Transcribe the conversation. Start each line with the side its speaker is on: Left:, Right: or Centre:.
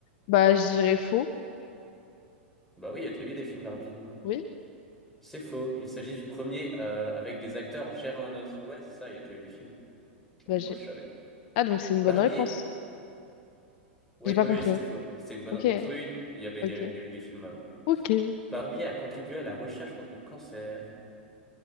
Left: Bah, je dirais faux.
Centre: bah oui, il y a déjà eu des films Barbie. hein.
Left: Oui,
Centre: C'est faux. Il s'agit du premier euh, avec des acteurs en chair et en os. Ouais, c'est ça, il y a déjà eu des films.
Left: bah
Centre: Ah, Moi,
Left: j'ai.
Centre: je savais.
Left: Ah, donc c'est une
Centre: Barbier.
Left: bonne réponse.
Centre: Oui,
Left: J'ai pas
Centre: oui,
Left: compris.
Centre: oui, c'était faux. C'était une bonne
Left: Ok,
Centre: réponse. Oui, oui, il y avait,
Left: ok,
Centre: il y a, il y a eu des films avant.
Left: ok.
Centre: Barbier a contribué à la recherche contre le cancer.